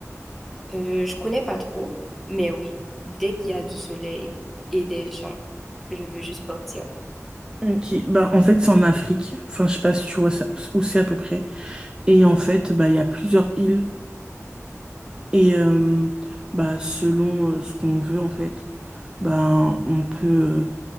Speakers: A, in the centre; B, on the right (about 15°).
A: Euh, je connais pas trop, mais oui, dès qu'il y a du soleil et des gens, je veux juste partir.
B: Ok, bah en fait c'est en Afrique, enfin je sais pas si tu vois ça, où c'est à peu près. Et en fait bah il y a plusieurs îles et euh, bah selon euh, ce qu'on veut en fait, bah on peut euh,